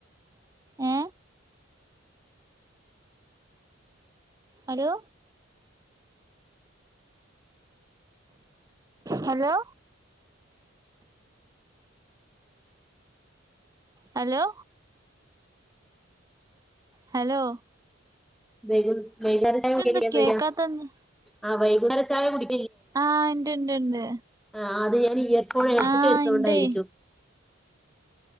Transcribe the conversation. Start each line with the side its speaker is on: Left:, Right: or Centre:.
Right: ഏ ഹലോ ഹലോ ഹലോ ഹലോ
Centre: വൈ വൈന്നേര ചായ
Right: ഇതെന്താ
Centre: കുടിയെഞ്ഞോ
Right: കേക്കാത്തന്ന്
Centre: ആ വൈകുന്നേര ചായ കുടി
Right: ആഹ് ണ്ട് ണ്ട് ഇണ്ട്
Centre: ആഹ് അത് ഞാൻ ഇയർഫോൺ ഹെഡ്സെറ്റ്
Right: ആഹ്
Centre: വെച്ചോണ്ടായിരിക്കും
Right: ഇണ്ടേ